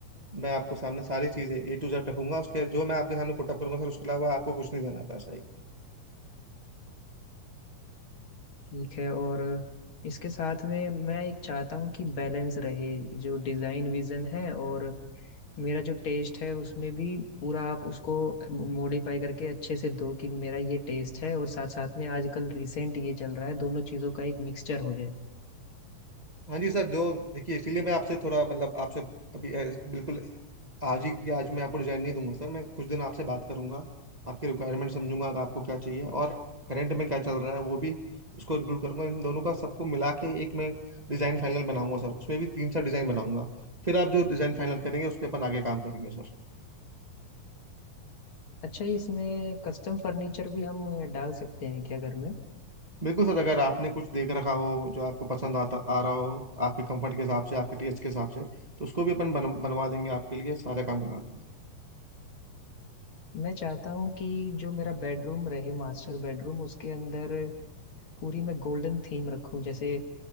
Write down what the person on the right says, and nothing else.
मैं आपको सामने सारी चीजें ए टू जेड रखूंगा उसके जो मैं आपके सामने पुटअप करूंगा सर उसके अलावा आपको कुछ नहीं देना है पैसा
हाँ जी सर जो देखिए इसलिए मैं आपसे थोड़ा मतलब आपसे अभी अ, बिल्कुल आज ही के आज मैं आपको डिजाइन नहीं दूंगा सर मैं कुछ दिन आपसे बात करूंगा आपके रिक्वायरमेंट समझूंगा कि आपको क्या चाहिए और करंट में क्या चल रहा है वो भी उसको इंक्लूड करूंगा इन दोनों का सबको मिला के एक मैं डिजाइन फाइनल बनाऊंगा सर उसमें भी तीन चार डिजाइन बनाऊंगा फिर आप जो डिजाइन फाइनल करेंगे उस पे अपन आगे काम करेंगे सर
बिल्कुल सर अगर आपने कुछ देख रखा हो जो आपको पसंद आता आ रहा हो आपके कंफर्ट के हिसाब से आपके टेस्ट के हिसाब से तो उसको भी अपन बन, बनवा देंगे आपके लिए सारा काम करवा देंगे सर